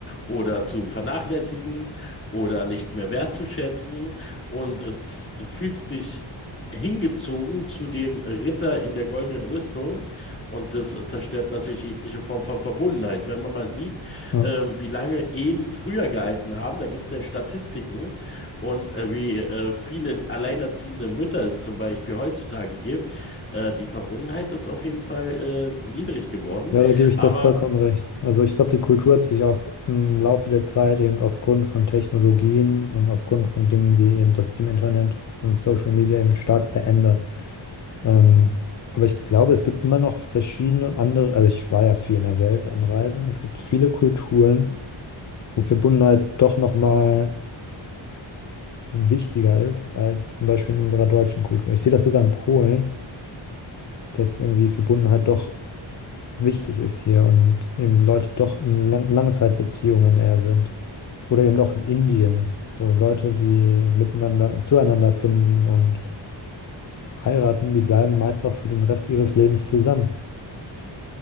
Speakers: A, on the left; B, on the left.
A: oder zu vernachlässigen oder nicht mehr wertzuschätzen. Und äh, z- fühlst dich hingezogen zu dem Ritter in der goldenen Rüstung. Und das äh, zerstört natürlich jegliche Form von Verbundenheit. Wenn man mal sieht,
B: Ja.
A: ähm, wie lange Ehen früher gehalten haben, da gibt es ja Statistiken, und äh, wie äh, viele alleinerziehende Mütter es zum Beispiel heutzutage gibt, äh, die Verbundenheit ist auf jeden Fall äh, niedrig geworden.
B: Ja, da gebe ich
A: Aber
B: dir vollkommen recht. Also ich glaube, die Kultur hat sich auch im Laufe der Zeit eben aufgrund von Technologien und aufgrund von Dingen wie eben das dem Internet und Social Media eben stark verändert. Ähm, aber ich glaube, es gibt immer noch verschiedene andere, also ich war ja viel in der Welt am Reisen. Es gibt viele Kulturen, wo Verbundenheit doch nochmal wichtiger ist als zum Beispiel in unserer deutschen Kultur. Ich sehe das sogar in Polen, dass irgendwie Verbundenheit doch wichtig ist hier und eben Leute doch in Lang Langzeitbeziehungen eher sind. Oder eben auch in Indien. So Leute, die miteinander, zueinander finden und heiraten, die bleiben meist auch für den Rest ihres Lebens zusammen.